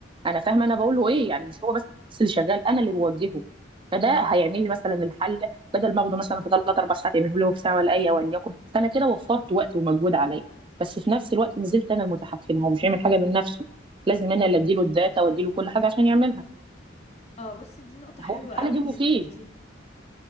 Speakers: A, on the right; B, on the left.
A: انا فاهمه انا بقول له ايه يعني مش هو بس اللي شغال انا اللي بوجهه فده
B: ايوه
A: هيعمل لي مثلا الحل بدل ما اخده مثلا في ثلاث اربع ساعات يعمله له في ساعه ولا اي وليكن فانا كده وفرت وقت ومجهود عليا بس في نفس الوقت ما زلت انا المتحكمه هو مش هيعمل حاجه من نفسه لازم انا اللي اديله الداتا واديله كل حاجه عشان يعملها
B: اه بصي دي نقطة حلوة
A: هو في الحاله
B: قوي
A: دي
B: اللي
A: مفيد
B: انتي قلتيها